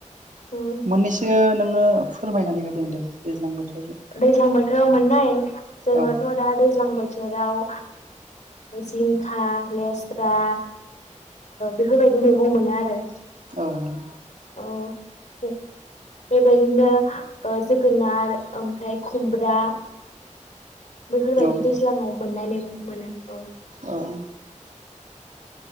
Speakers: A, on the left; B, on the right.
A: उम
B: मोननैसो नों नो फोरमायनानै होदों दे दैज्लां बोथोर
A: दैज्लां बोथोराव मोननाय जोङोथ'
B: औ
A: दा दैज दैज्लां बोथोराव जिंखा लेस्रा बेफोरबायदि मैगं मोनो आरो
B: औ ।
A: औ बे-बेबायदिनो ओ जोगोनार ओमफ्राय खुमब्रा बेफोरबायदि
B: औ
A: दैज्लाङाव मोननाय मैगं मोनो औ।
B: औ